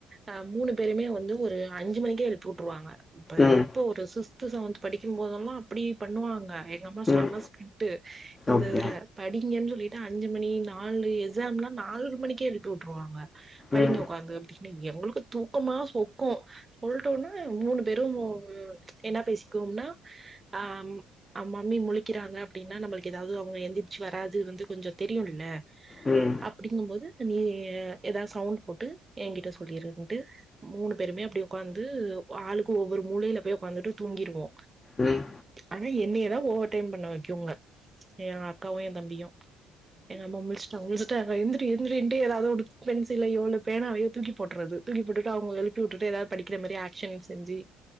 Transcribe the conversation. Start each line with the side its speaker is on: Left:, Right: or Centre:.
Right: அ மூணு பேருமே வந்து ஒரு அஞ்சு மணிக்கே எழுப்பிவுட்ருவாங்க இப்ப
Left: ம்
Right: எப்ப ஒரு சிக்ஸ்த் செவன்த் படிக்கும் போதெல்லா அப்புடி பண்ணுவாங்க எங்க அம்மா செம
Left: ம்
Right: ஸ்ட்ரிக்ட்டு இந்த
Left: ஓகே
Right: இதுல படிங்கன்னு சொல்லிட்டு அஞ்சு மணி நாலு எக்ஸாம்லா நால்ற மணிக்கே எழுப்பி உட்டுருவாங்க படிங்க
Left: ம்
Right: ஒக்காந்து அப்டின்னு எங்களுக்கு தூக்கமா சொக்கு உள்டோனா மூணு பேரு என்னா பேசிக்குவோம்னா ஆ ம் அ மம்மி முழிக்கிறாங்க அப்டின்னா நம்மளுக்கு ஏதாது அவுங்க எந்திரிச்சி வராது வந்து கொஞ்சோ தெரியுல்ல
Left: ம்
Right: அப்புடிங்கும் போது நீ ஏதாது சவுண்ட் போட்டு எங்கிட்ட சொல்லிருன்ட்டு மூணு பேருமே அப்டி ஒக்காந்து ஆளுக்கு ஒவ்வொரு மூலயில போய் ஒக்காந்துட்டு தூங்கிருவோ
Left: ம்
Right: ஆனா என்னையதா ஓவர் டைம் பண்ண வெக்குங்க எயா அக்காவு எயா தம்பியு எங்க அம்மா முழிச்சிட்டாங்க முழிச்சிட்டாங்க எந்திரி எந்திரின்டு ஏதாது ஒரு பென்சிலையோ பேனாவையோ தூக்கி போட்டுறது தூக்கி போட்டுட்டு அவுங்கள எழுப்பிவுட்டுட்டு ஏதாது படிக்கிறமாரி ஆக்ஷன் செஞ்சி